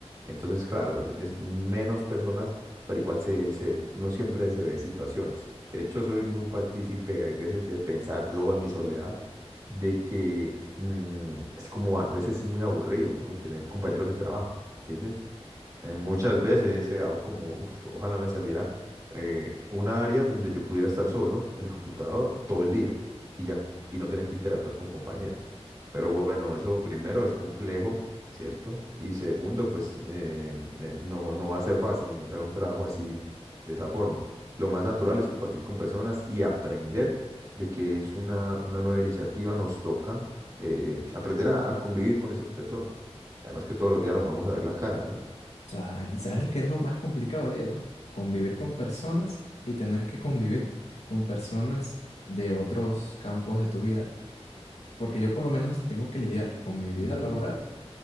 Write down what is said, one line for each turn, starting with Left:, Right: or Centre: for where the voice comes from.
Right: Entonces, claro, es, es menos personas, pero igual se, se- uno siempre se ve situaciones. De hecho, soy muy partícipe, hay veces de pensar yo en mi soledad, de que mm, es como a veces es muy aburrido, ¿no? Tener compañeros de trabajo, ¿entiendes? Eh, muchas veces he deseado como, "Uf, ojalá me saliera eh, una área donde yo pudiera estar solo en mi computador todo el día y ya, y no tener que interactuar con compañeros. Pero bueno, eso primero es complejo, ¿cierto? Y segundo, pues eh, eh, no, no va a ser fácil encontrar un trabajo así, de esa forma. Lo más natural es compartir con personas y aprender de que es una, una nueva iniciativa, nos toca eh, aprender a, a convivir con esas personas. Además que todos los días nos vamos a ver la cara, ¿no?
Left: O sea, ¿y sabes lo que es lo más complicado, Diego? Convivir con personas y tener que convivir con personas de otros campos de tu vida. Porque yo por lo menos tengo que lidiar con mi vida
Right: Y,
Left: laboral